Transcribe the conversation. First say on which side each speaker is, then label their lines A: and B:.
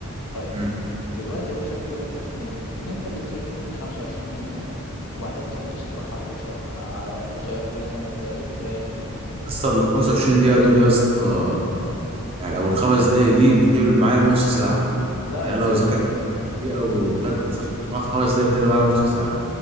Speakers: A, on the left; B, on the right.
A: طيب
B: م. يا
A: دلوقتي يا باشا بتقول لك إيه التقنيه دي ان انت بتذاكر 25 دقيقه وبعدها بتاخد استراحه يا باشا آه، على قصيره كده خمس دقائق تريح فيهم
B: اسطى ال 25 دقيقه دول يا اسطى يعني او الخمس دقايق دي بتقلب معايا بنص ساعه
A: لا
B: يعني
A: يا
B: انا
A: باشا
B: لو ذاكرت خمس دقيقه وخدت راح خمس دقايق بتقلب معايا نص ساعه